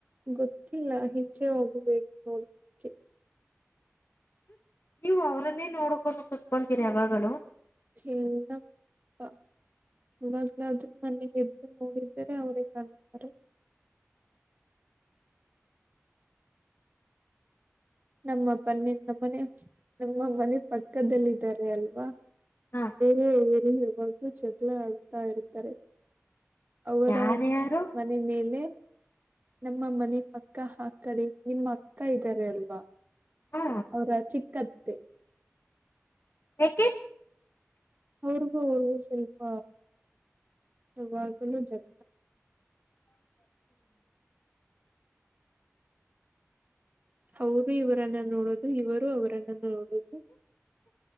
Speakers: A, on the right; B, on the left.
A: ಗೊತ್ತಿಲ್ಲ ಹೆಜ್ಜೆ ಹೋಗಬೇಕು ನೋಡದಕ್ಕೆ
B: ನೀವು ಅವ್ರನ್ನೇ ನೋಡ್ಕೊಂಡು ಕುೂತ್ಕೊತೀರಿ ಯಾವಾಗಲ
A: ಚಲ್ಲಪ್ಪ ಇವಾಗ್ಲಾದ್ರೂ ನನ್ನ ಎಗೆದ್ದು ನೋಡಿದರೆ ಅವರೇ ಕಾಣುತ್ತಾರೆ
B: <inaudible>
A: ನಮ್ಮಪ್ಪ ನಮ್ಮನೆ ನಮ್ಮ ಮನೆ ಪಕ್ಕದಲ್ಲ ಇದಿದ್ದಾರೆ ಅಲ್ವಾ
B: ಹಾ
A: ಯಾಗ ಚಗಳ ಆಡುತ್ತಾ ಇರುತ್ತಾರೆ ಅವರ
B: ಯಾರ್ಯಾರು
A: ಮನೆ ಮೇಲೆ ನಮ್ಮ ಮನೆ ಪಕ್ಕ ಆ ಕಡೆ ನಿಮ್ಮ ಅಕ್ಕ ಇದ್ದಾರೆ ಅಲ್ವಾ
B: ಹಾ
A: ಅವರ ಚಿಕ್ಕತ್ತೆ
B: ಯಾಕೆ
A: ಅವ್ರಿಗೂ ಅವರ್ಗೂ ಸ್ವಲ್ಪ ಯಾವಾಗಲೂ ಜಗ
B: ಹ್ಮ
A: ಅವರು ಇವರನ್ನ ನೋಡದು ಇವರು ಅವರನ್ನ ನೋಡದು